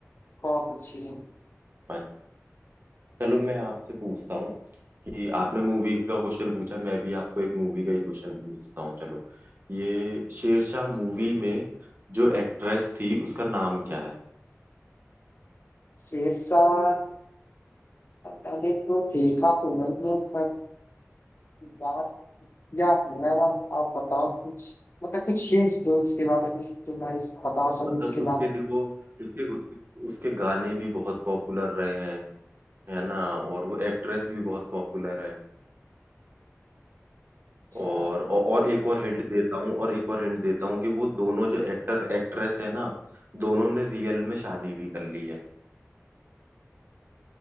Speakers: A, on the left; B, on the right.
A: बहुत अच्छी है
B: अच्छा, चलो मैं आपसे पूछता हूँ कि आपने मूवी का क्वेश्चन पूछा मैं भी आपको एक मूवी का ही क्वेश्चन पूछता हूँ चलो ये शेरशाह मूवी में जो एक्ट्रेस थी उसका नाम क्या है
A: शेरशाह मैंने तो देखा तो नहीं है पर बात याद नहीं आ रहा आप बताओ कुछ मतलब कुछ हिंट्स दो इसके बारे में तो मैं इस बता सकूं
B: मतलब
A: इसके
B: उसके
A: बाद
B: देखो उसके उसके, उसके गाने भी बहुत पॉपुलर रहे हैं है ना और वो एक्ट्रेस भी बहुत पॉपुलर है
A: अच्छा,
B: और औ- और एक और हिंट देता हूँ और एक और हिंट देता हूँ कि वो दोनों जो एक्टर एक्ट्रेस है ना दोनों ने रियल में शादी भी कर ली है